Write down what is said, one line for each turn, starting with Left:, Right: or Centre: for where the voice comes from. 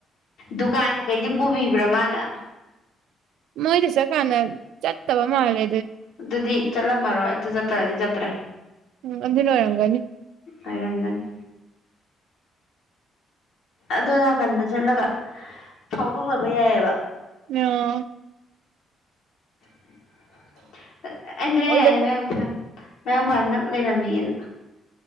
Left: ꯗꯨꯀꯥꯟ ꯀꯩꯀꯩꯗꯤ ꯄꯨꯕꯤꯕ꯭ꯔꯥ ꯃꯥꯅ
Right: ꯃꯣꯏꯗ ꯆꯠꯀꯥꯟꯗ ꯆꯠꯇꯕ ꯃꯥꯂꯦ
Left: ꯑꯗꯨꯗꯤ ꯆꯠꯂꯝꯃꯔꯣꯏ ꯑꯗꯨ ꯆꯠꯇ꯭ꯔꯗꯤ ꯆꯠꯇ꯭ꯔꯦ
Right: ꯎꯝ ꯑꯗꯨꯅ ꯑꯣꯏꯔꯝꯒꯅꯤ
Left: ꯑꯣꯏꯔꯝꯒꯅꯤ ꯑꯗꯣꯟ ꯅꯥꯀꯟꯗ ꯆꯠꯂꯒ ꯐꯥꯎꯗꯣꯛꯅꯕ ꯌꯥꯏꯑꯕ
Right: ꯑꯥ
Left: <unintelligible>
Right: ꯑꯣꯏꯗꯕꯗꯤ
Left: ꯃꯌꯥꯡꯐꯥꯟ ꯃꯌꯥꯡꯐꯥꯟ ꯅꯛ ꯂꯩꯔꯝꯃꯤꯅ